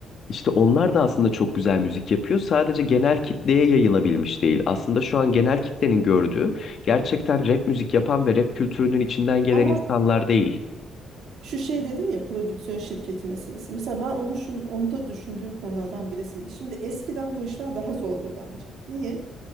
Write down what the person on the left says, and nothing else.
işte onlar da aslında çok güzel müzik yapıyor. Sadece genel kitleye yayılabilmiş değil. Aslında şu an genel kitlenin gördüğü gerçekten rap müzik yapan ve rap kültürünün içinden gelen
insanlar değil.